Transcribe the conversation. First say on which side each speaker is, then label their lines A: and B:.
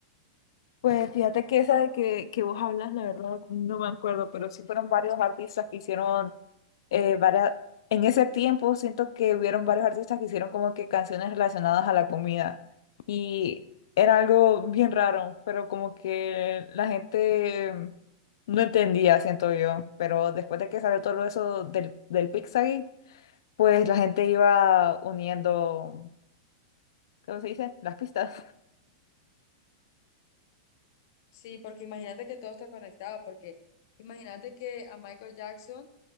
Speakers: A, on the left; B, on the left.
A: Pues fíjate que esa de que, que vos hablas, la verdad, no me acuerdo, pero sí fueron varios artistas que hicieron eh, varias... En ese tiempo siento que hubieron varios artistas que hicieron como que canciones relacionadas a la comida y era algo bien raro, pero como que la gente no entendía, siento yo, pero después de que salió todo eso del, del Pizzagate, pues la gente iba uniendo, ¿cómo se dice? Las pistas.
B: Sí, porque imagínate que todo está conectado, porque imagínate que a Michael Jackson